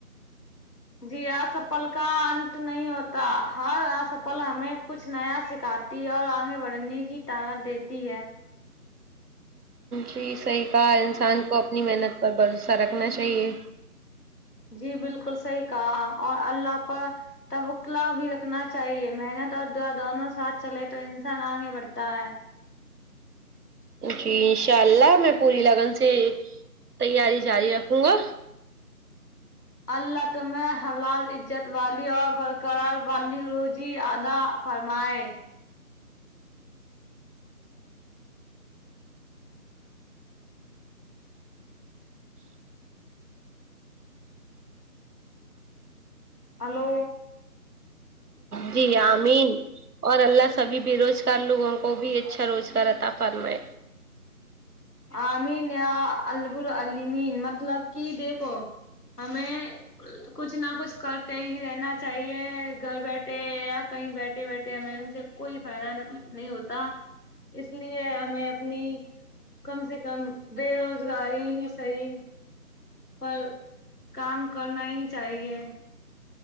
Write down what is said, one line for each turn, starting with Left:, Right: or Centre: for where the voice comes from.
Left: جی آسفل کا انت نہیں ہوتا ہر آسفل ہمیں کچھ نیا سکھا تی اور آگے بڑھنے کی طاقت دیتی ہے
Right: جی صحیح کہا انسان کو اپنی محنت پر بھروسہ رکھنا چاہیے
Left: جی بلکل صحیح کہا اور اللہ پر توکل لا بھی رکھنا چاہیے محنت اور دعا دونوں ساتھ چلے تو انسان آگے بڑھتا ہے
Right: جی انشاء اللہ میں پوری لگن سے تیاری جاری رکھوں گا
Left: اللہ تم حلال عزت والی اور کرار والی روزی عطا فرمائے ہلو
Right: جی آمین اور اللہ سبھی بے روزگار لوگوں کو بھی اچھا روزگار عطا فرمائے
Left: آمین یا رب العمین مطلب کہ دیکھو ہمیں کچھ نہ کچھ کرتے ہی رہنا چاہیے گھر بیٹھے یا کہیں بیٹھ بیٹھے بیٹھے ہمیں ان سے کوئی فائدہ نہیں ہوتا اس لیے ہمیں اپنی کم سے کم بے روزگاری ہی صحیح پر کام کرنا ہی چاہیے